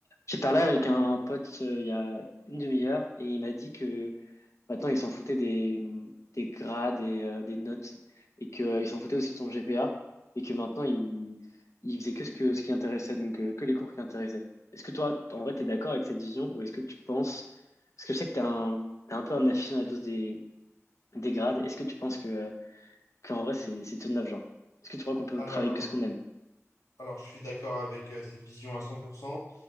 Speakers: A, on the left (about 70°); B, on the left (about 85°).
A: J'ai parlé avec un pote euh, il y a une demi-heure et il m'a dit que maintenant ils s'en foutaient des, des grades et euh, des notes et que euh, il s'en foutaient aussi de son GPA et que maintenant ils ils faisaient que ce que ce qui intéressait donc euh, que les cours qui intéressaient. Est-ce que toi en vrai t'es d'accord avec cette vision ou est-ce que tu penses parce que je sais que t'es un t'es un peu un aficionado des des grades. Est-ce que tu penses que euh, qu'en vrai c'est c'est tout neuf genre? Est-ce que tu crois qu'on peut
B: Alors,
A: travailler que ce qu'on aime?
B: alors, je suis d'accord avec euh, cette vision à 100%.